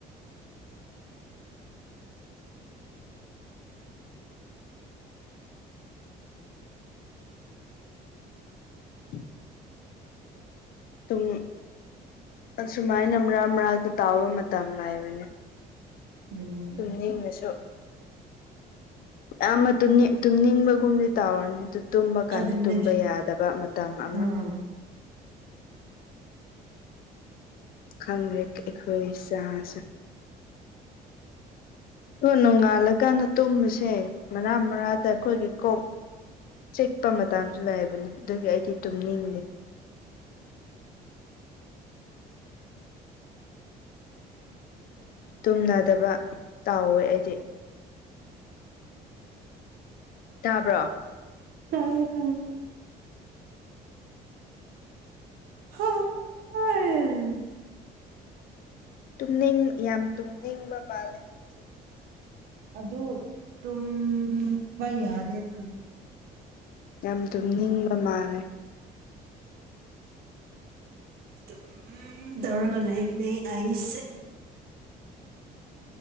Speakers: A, on the left; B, on the right.
A: ꯎꯝ <inaudible> ꯑꯗꯨꯨꯡ ꯑꯁꯨꯃꯥꯏꯅ ꯃꯔꯛ ꯃꯔꯛꯇ ꯇꯥꯎꯕ ꯃꯇꯝ ꯍꯥꯏꯥꯏꯕꯅꯤ
B: ꯎꯝ
A: ꯇꯨꯝꯅꯤꯡꯅꯁꯨ ꯌꯥꯝꯌꯥꯝꯕ ꯇꯨꯝ ꯅꯤꯡꯕꯒꯨꯝꯗꯤ ꯇꯥꯔꯅꯤ ꯑꯗꯨ ꯇꯨꯝꯕ ꯀꯥꯟꯗ
B: ꯑꯗꯨꯅꯦ
A: ꯇꯨꯝꯕ ꯌꯥꯗꯕ ꯃꯇꯝ ꯑꯃ
B: ꯎꯝ
A: ꯈꯪꯗ ꯑꯩꯈꯣꯏ ꯆꯥꯁ ꯅꯣꯡꯉꯥꯜꯂꯀꯥꯟꯗ ꯇꯨꯝꯕꯁꯦ ꯃꯔꯅꯥ ꯃꯔꯥꯗ ꯑꯩꯈꯣꯏꯒꯤ ꯀꯣꯛ ꯆꯤꯛꯄ ꯃꯇꯁꯨ ꯂꯩꯕꯅꯤ ꯑꯗꯨꯒꯤ ꯑꯩꯗꯤ ꯇꯨꯝꯅꯤꯡꯗꯦ <unintelligible> <inaudible> ꯇꯨꯝꯅꯗꯕ ꯇꯥꯎꯋꯦ ꯑꯩꯗꯤ ꯇꯥꯕ꯭ꯔꯣ
B: ꯇꯥꯏ ꯍ ꯍ ꯍ <inaudible>
A: ꯇꯨꯝꯅꯤꯡ ꯌꯥꯝ ꯇꯨꯝꯅꯤꯡꯕ ꯃꯥꯜꯂꯦ ꯃꯁ
B: ꯑꯗꯨ ꯇꯕ ꯌꯥꯗꯦ ꯇ
A: ꯌꯥꯝ ꯇꯨꯝꯅꯤꯡꯕ ꯃꯥꯜꯂꯦ
B: ꯑꯗꯨꯝ ꯇꯧꯔꯒ ꯂꯩꯕꯅꯦ ꯑꯩꯁ